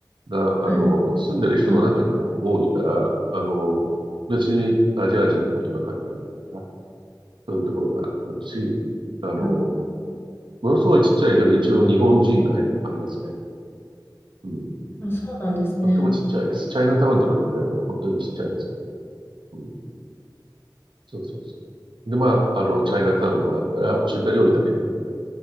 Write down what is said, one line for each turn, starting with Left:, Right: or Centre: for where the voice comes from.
Right: が、あの、
Left: はい。
Right: 住んでる人の中にも多いから、
Left: はい。
Right: あの、別にアジア人でも違和感ないな、そういうところがあるし、あの、
Left: あ、
Right: ものすごいちっちゃいけど、一応日本人街もありますね。うん。
Left: あそうなんですね。
Right: とってもちっちゃいです。チャイナタウンとかに比べれば本当にちっちゃいですね。うん。そうそうそう。で、まあ、あの、チャイナタウンもあるから、中華料理だけど